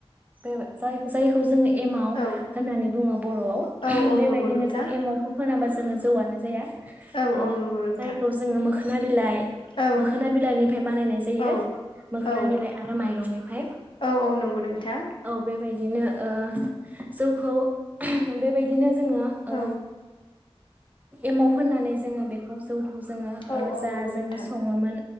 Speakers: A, on the right; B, on the left.
A: बे जाय जायखौ जोङो। एमाव
B: औ
A: होननानै बुङो बर'आव
B: औ औ
A: बेबायदिनो
B: नंगौ नोंथां
A: जों एमावखौ फोनाबासो जोङो जौआनो जाया
B: औ
A: ओ
B: औ नंगौ नोंथां।
A: जायखौ जोङो मोखोना बिलाइ
B: औ
A: मोखोना बिलाइनिफ्राय बानायनाय जायो
B: औ
A: मोखोना
B: औ
A: बिलाइ आरो माइरंनिफ्राय
B: औ औ नंगौ नोंथां
A: औ बे बायदि बिदिनो ओ जौखौ बेबायदिनो जोङो
B: औ
A: ओ एमाव फोननानै जोङो बेखौ जौ जोङो
B: औ
A: ओ
B: औ
A: जा
B: नंगौ
A: जोङो
B: नोंथां
A: सङोमोन